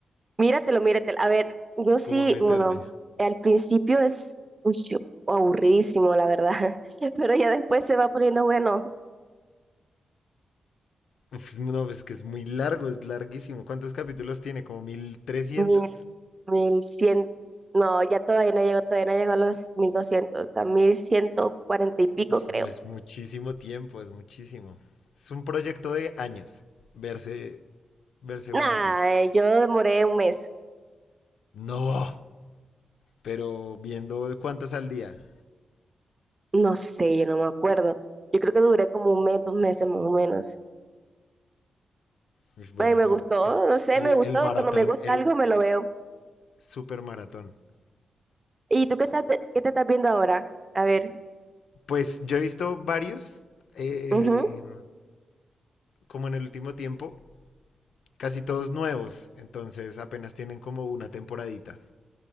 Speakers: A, on the right; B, on the left.
A: Míratelo, míratelo. A ver, yo sí,
B: como a meterme.
A: bueno, al principio es uy, yo- aburridísimo, la verdad, <laughs> pero ya después se va poniendo bueno,
B: Uf, no, es que es muy largo, es larguísimo. ¿Cuántos capítulos tiene? ¿Como mil trescientos?
A: mil, mil cien, no, ya todavía no llego, todavía no llego a los mil doscientos, a mil ciento cuarenta y pico
B: Uf,
A: creo.
B: es muchísimo tiempo, es muchísimo. Es un proyecto de años verse, verse
A: Nada,
B: One Piece.
A: eh, yo demoré un mes,
B: No, pero viendo cuántos al día.
A: no sé, yo no me acuerdo. Yo creo que duré como un mes, dos meses más o menos.
B: Uf, Bueno,
A: Ay, me
B: eso
A: gustó,
B: es
A: no sé,
B: el,
A: me gustó,
B: el maratón,
A: cuando me gusta
B: el
A: algo me lo veo.
B: super maratón.
A: ¿Y tú qué estás, qué te estás viendo ahora? A ver,
B: Pues yo he visto varios, eh,
A: ujú.
B: como en el último tiempo, casi todos nuevos, entonces apenas tienen como una temporadita.